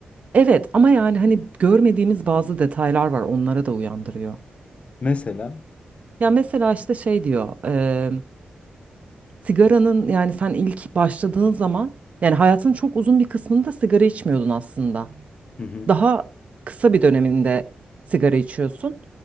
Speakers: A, on the right; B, on the left.
A: Evet ama yani hani görmediğimiz bazı detaylar var onlara da uyandırıyor.
B: <laughs> Mesela.
A: Ya mesela işte şey diyor. e, sigaranın yani sen ilk başladığın zaman yani hayatın çok uzun bir kısmında sigara içmiyordun aslında.
B: Hı hı.
A: Daha kısa bir döneminde sigara içiyorsun